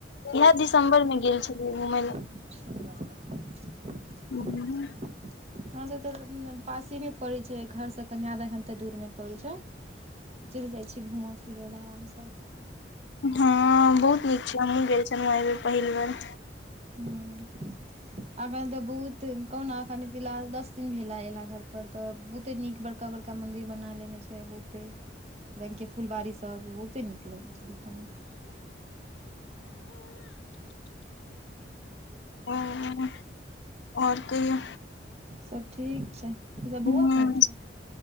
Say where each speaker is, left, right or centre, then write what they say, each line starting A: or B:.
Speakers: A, on the left; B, on the right.
A: इहा दिसम्बर में गेल छलियै घुमय ला।
B: अच्छा।
A: लए
B: हँ से त पासे मे पड़ेय छै, घर से कनि आधा घंटा दूर मे पड़ैय छै। चलि जाइ छी घूमऽ फिरऽ ला आरामसँ।
A: हँ बहुत नीक छै, हमहुँ गेल छलहुँ एहि बेर पहिल बेर।
B: ह अखन तऽ बहुत कहु ना अखन फिलहाल दस दिन भेला एला घर पर, तऽ बहुते नीक बड़का- बड़का मंदिर बना लेने छै बहुते रंग के फुल बाारी सब बहुते नीक लगैत छै देखय मे।
A: हं -हं और कहियो।
B: सब ठीक छै। अच्छा
A: ह-
B: बौआ कनै छलै